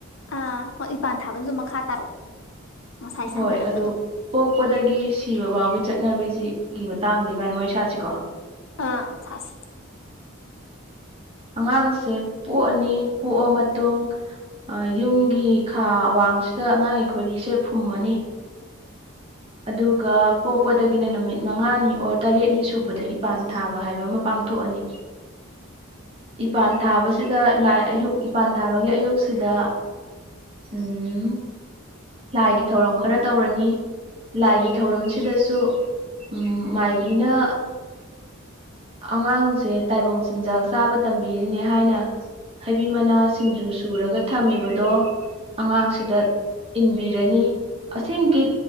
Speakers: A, on the left; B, on the right.
A: ꯑꯥ ꯍꯣꯏ ꯏꯄꯥꯟ ꯊꯥꯕꯖꯨ ꯗꯨꯝ ꯃꯈꯥ ꯇꯥꯔꯛꯑꯣ ꯉꯁꯥꯏ
B: ꯍꯣꯏ
A: ꯁꯥꯟꯅꯔꯝꯕꯗꯣ
B: ꯑꯗꯣ ꯄꯣꯛꯄꯗꯒꯤ ꯁꯤꯕꯐꯧꯒꯤ ꯆꯠꯅꯕꯤꯁꯤꯒꯤ ꯃꯇꯥꯡꯗ ꯏꯕꯥꯅꯤ ꯋꯥꯔꯤ ꯁꯥꯁꯤꯀꯣ
A: ꯑꯥ ꯁꯥꯁꯤ
B: ꯑꯉꯥꯡꯁꯦ ꯄꯣꯛꯑꯅꯤ ꯄꯣꯛꯑ ꯃꯇꯨꯡ꯫ ꯌꯨꯝꯒꯤ ꯈꯥ ꯋꯥꯡꯁꯤꯗ ꯑꯉꯥꯡꯒꯤ ꯈꯣꯏꯔꯤꯁꯦ ꯐꯨꯝꯃꯅꯤ꯫ ꯑꯗꯨꯒ ꯄꯣꯛꯄꯗꯒꯤꯅ ꯅꯨꯃꯤꯠ ꯃꯉꯥꯅꯤ ꯑꯣꯔ ꯇꯔꯦꯠꯅꯤ ꯁꯨꯕꯗ ꯏꯄꯥꯟ ꯊꯥꯕ ꯍꯥꯏꯕ ꯑꯃ ꯄꯥꯡꯊꯣꯛꯑꯅꯤ꯫ ꯏꯄꯥꯟ ꯊꯥꯕꯁꯤꯗ ꯂꯥꯏ ꯑꯌꯨꯛ ꯏꯄꯥꯟ ꯊꯥꯕꯒꯤ ꯑꯌꯨꯛꯁꯤꯗ꯫ ꯎꯝ ꯂꯥꯏꯒꯤ ꯊꯧꯔꯝ ꯈꯔ ꯇꯧꯔꯅꯤ꯫ ꯂꯥꯏꯒꯤ ꯊꯧꯔꯝꯁꯤꯗꯁꯨ ꯎꯝ ꯃꯥꯏꯕꯤꯅ ꯑꯉꯥꯡꯁꯦ ꯇꯥꯏꯕꯪ ꯆꯤꯟꯖꯥꯛ ꯆꯥꯕ ꯇꯝꯕꯤꯔꯤꯅꯦ ꯍꯥꯏꯅ꯫ ꯍꯩꯕꯤ ꯃꯅꯥ ꯁꯤꯡꯖꯨ ꯁꯨꯔꯒ ꯊꯝꯃꯤꯕꯗꯣ꯫ ꯑꯉꯥꯡꯁꯤꯗ ꯏꯟꯕꯤꯔꯅꯤ ꯑꯁꯦꯡꯒꯤ